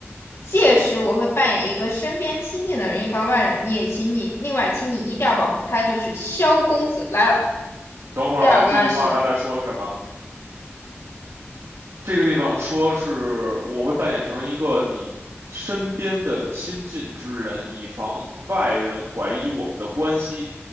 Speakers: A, on the left (about 65°); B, on the right (about 65°).
A: 届时我会扮演一个身边亲近的人，以防外人。你也请你，另外请你一定要保护他，就是萧公子来了。
B: 等会儿啊，
A: 第二个暗示，
B: 这句话他在说什么？这个地方说是我会扮演成一个你身边的亲近之人，以防外人怀疑我们的关系，